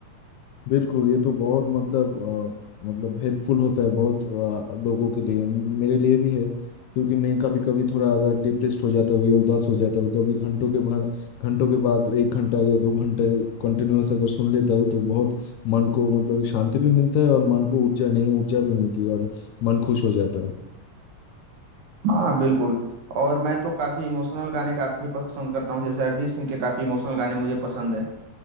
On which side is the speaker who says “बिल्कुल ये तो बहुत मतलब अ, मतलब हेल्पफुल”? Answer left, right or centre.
Left